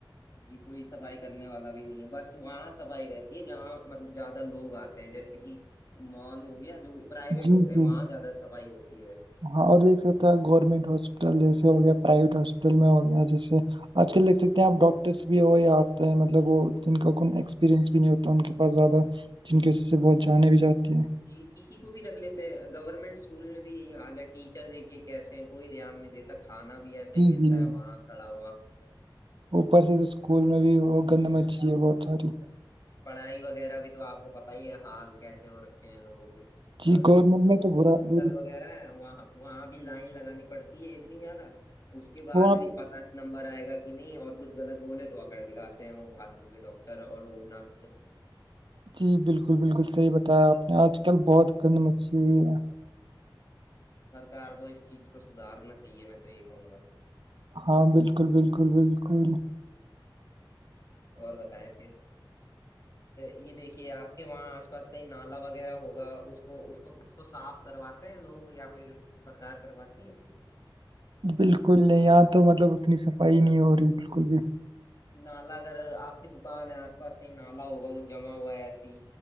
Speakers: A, on the left; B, on the right.
A: جی کوئی صفائی کرنے والا بھی نہیں ہے بس وہاں صفائی رہتی ہے جہاں مطلب زیادہ لوگ آتے جیسے کہ مال ہو گیا جو پرائیویٹ
B: جی
A: ہوتے ہیں
B: جی
A: وہاں زیادہ صفائی ہوتی ہے
B: ہاں اور دیکھ سکتا ہے گورنمنٹ ہاسپٹل جیسے ہو گیا پرائیویٹ ہاسپٹل میں ہو گیا جیسے آج کل دیکھ سکتے ہیں آپ ڈاکٹرس بھی ہویا آتے ہیں مطلب وہ جن کا کون ایکسپیریئنس بھی نہیں ہوتا ان کے پاس زیادہ جن کے سے بہت جانے بھی جاتی ہیں
A: جی کسی کو بھی رکھ لیتے ہیں گورنمنٹ اسکول میں بھی یہی حال ہے ٹیچر دیکھیے کیسے ہیں کوئی دھیان نہیں دیتا کھانا بھی ایسا
B: جی
A: ہی ملتا
B: جی
A: ہے وہاں سڑا ہوا
B: اوپر سے تو اسکول میں بھی وہ گند مچھی ہے بہت ساری
A: پڑھائی وغیرہ بھی تو آپ کو پت ہی ہے حال کیسے ہو رکھے ہیں لوگوں کے
B: جی
A: اور
B: گورنمنٹ
A: جو
B: میں تو
A: ہاسپٹل
B: برا بری
A: وغیرہ ہے وہاں وہاں بھی لائن لگانی پڑتی ہے اتنی زیادہ اس کے بعد
B: وہ آپ
A: بھی پتا نہیں نمبر آئے گا کہ نہیں اور کچھ غط بولے تو آ کر دکھاتے ہیں وہ پالتو کے ڈاکٹر اور وہ نرس بس
B: جی بالکل بالکل صحیح بتایا آپ نے آج کل بہت گند مچھلی ہے
A: سرکار کو اس چیز کو سدارنا چاہیے میں تو یہ کہوں گا
B: ہاں بالکل بالکل بالکل
A: اور بتائیں پھر یہ دیکھیے آپ کے وہاں آس پاس کئی نالا وغیرہ ہوگا اس کو اس کو صاف کرواتے ہیں لوگ یا پھر سرکار کرواتی ہے
B: بالکل نہیں یہاں تو مطلب اتنی صفائی نہیں ہو رہی بالکل بھی
A: نالا اگر آپ کی دکان ہے آس پاس کہیں نالا ہوگا وہ جمع ہوا ہے ایس ہی